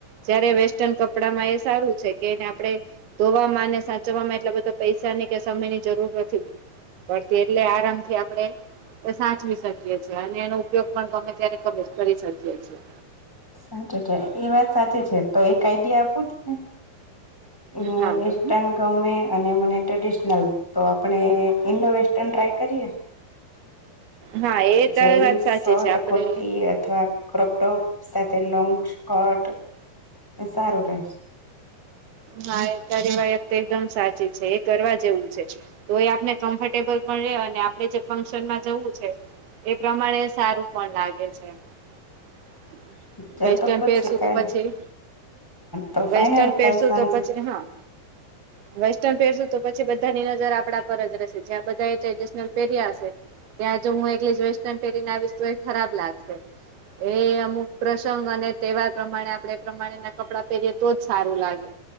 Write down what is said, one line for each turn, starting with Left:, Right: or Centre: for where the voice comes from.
Right: જયારે વેસ્ટર્ન કપડામાં એ સારું છે કે એને આપણે ધોવામાં ને સાચવવામાં એટલા બધા પૈસાની કે સમયની જરૂર નથી. પડતી એટલે આરામથી આપડે એ સાચવી શકીએ છીએ. અને એનો ઉપયોગ પણ ગમે ત્યારે ગમે કરી શકીએ છીએ.
Centre: સાચું છે. એ વાત સાચી છે. તો એક આઈડિયા આપો ને? હહ
Right: હા
Centre: અ
Right: મમ્મી
Centre: વેસ્ટન ગમે અને મને ટ્રેડિશનલ તો આપણે ઇન્ડો વેસ્ટર્ન ટ્રાય કરીએ
Right: હા એ તારી
Centre: જેન્સ
Right: વાત સાચી
Centre: શર્ટ
Right: છે આપડે
Centre: કુર્તી અથવા ક્રોપટોપ સાથે લોંગ સ્કટ એ સારું રહે છે.
Right: ના એ ત્યારે વાયત તો એકદમ સાચી છે એ કરવા જેવું છે. તો એ આપને કમ્ફર્ટેબલ પણ રે અને આપડે જે ફંક્શનમાં જવું છે. એ પ્રમાણે સારું પણ લાગે છે. હમ અ
Centre: ચાલ
Right: વેસ્ટન
Centre: તો પછી
Right: પેરશું
Centre: કાલ
Right: તો પછી
Centre: તો
Right: હા
Centre: ફાઈનલ
Right: વેસ્ટર્ન પેરશું
Centre: કાલ સાંજે
Right: ચે હા. વેસ્ટર્ન પેરશું તો પછી બધાની નજર આપણા પર જ રહેશે. જ્યાં બધાએ ટ્રેડિશનલ પેર્યા હશે ત્યાં જો હું એકલી જ વેસ્ટર્ન પેરીને આવીશ તોએ ખરાબ લાગશે. એ અમુક પ્રસંગ અને તહેવાર પ્રમાણે આપણે પ્રમાણેના કપડાં પહેરીએ તો જ સારું લાગે.